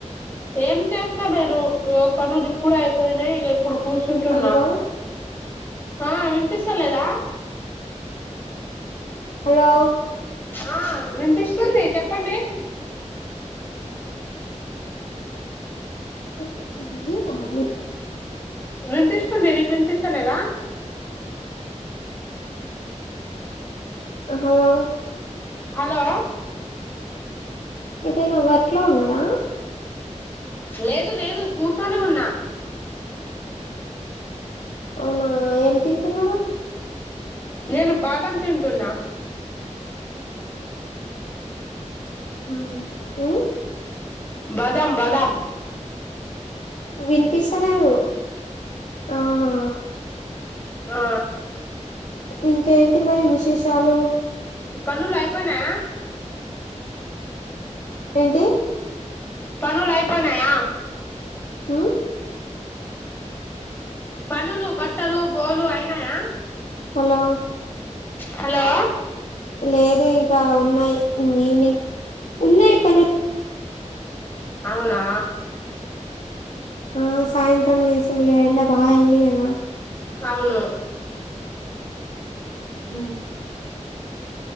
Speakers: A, on the left; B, on the left.
A: ఏం చేస్తా నేను పనులు ఇప్పుడు అయిపోయినాయి ఇప్పుడు కూర్చుంటున్నా
B: హలో
A: ఆ వినిపిస్త లేదా
B: హలో
A: ఆ వినిపిస్తుంది చెప్పండి
B: అ సబజ బరాబ
A: వినిపిస్తుంది నీకు వినిపిస్తలేదా
B: హలో
A: హలో
B: ఏదైనా వర్క్ లో ఉన్నారా
A: లేదు లేదు కూర్చొని ఉన్నా
B: అవునా ఏం తింటున్నారా
A: నేను బాదం తింటున్నా హ
B: ఆ
A: బదమ్ బాదమ్
B: వినిపిించలేరు ఆహా
A: ఆ
B: ఇంకేంటి మరి విశేషాలు
A: పనుులు అయిపోయినాయా
B: ఏంటి
A: పనుూల్ అయిపోయినాయా
B: ఉమ్
A: పనులు బట్టలు బోలు అయినాయా
B: హలో
A: హలో
B: లేదు ఇంకా ఉన్నాయి ఈవినింగ్ ఉన్నాయి పను
A: అవునా
B: ఆ సాయంత్రం చేస్తాం మీక ఎండ బాగా అయింది కదా
A: అవును హ